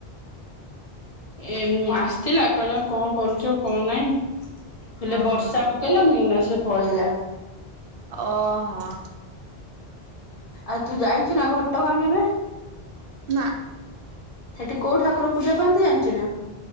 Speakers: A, on the left (about 35°); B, on the right (about 65°).
A: ଏ ମୁଁ ଆସିଥିଲା କହିଲା କଣ କରୁଚ କଣ ନାଇଁ? ହେଲେ
B: ହଁ ଓହୋ
A: ବର୍ଷା ପକେଇଲାନି ନା ସେ ପଳେଇଲା।
B: ଓହୋ।
A: ଆଉ ତୁ ଯାଇଚୁ ନା ଘଟଗାଁ କେବେ?
B: ନା।
A: ସେଠି କୋଉ ଠାକୁର ପୂଜା ପାଆନ୍ତି ଜାଣିଚୁ ନା?